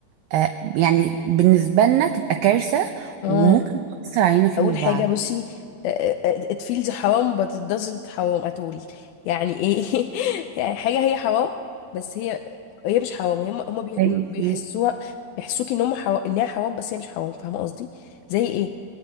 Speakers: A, on the right; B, on the left.
A: آه، يعني بالنسبة لنا تبقى كارثة
B: اه
A: وممكن تأثر علينا فيما
B: اول
A: بعد
B: حاجه بصي آه، آه، it feels حرام but it doesn't حرام at all يعني ايه <laughs> يعني حاجه هي حرام بس هي هي مش حرام هم هم بيقولوا-
A: زي
B: بيحسوها
A: ايه
B: بيحسوكي ان هم حرام انها حرام بس هي مش حرام فاهمه قصدي زي ايه